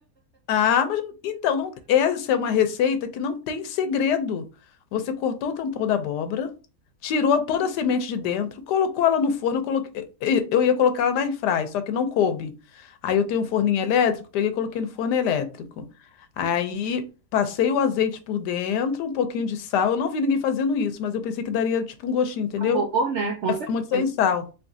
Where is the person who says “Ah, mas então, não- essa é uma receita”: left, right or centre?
Left